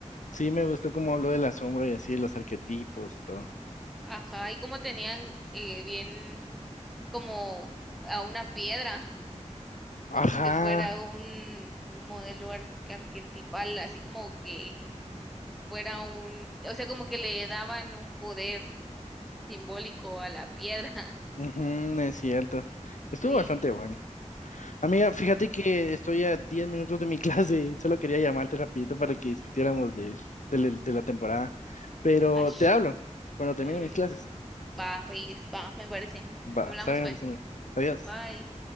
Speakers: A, on the left; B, in the centre.
A: Sí, me gustó cómo habló de la sombra y así, de los arquetipos y todo.
B: Ajá, y como tenían eh, bien como a una piedra, <laughs> como
A: Ajá,
B: que fuera un, un modelo ar- arquetipal, así como que fuera un, o sea, como que le daban un poder simbólico a la piedra <laughs>
A: ujú, es cierto. Estuvo
B: Bien
A: bastante
B: extraño.
A: bueno. Amiga,
B: Sí.
A: fíjate que estoy a 10 minutos de mi <laughs> clase y solo quería llamarte rapidito para que discutiéramos de, de, de la temporada. Pero
B: Ash.
A: te hablo cuando termine
B: Mm,
A: mis clases.
B: va, pues, va, me parece.
A: Va,
B: Hablamos,
A: está bien,
B: pues.
A: pues, amigo. Adiós.
B: Bye.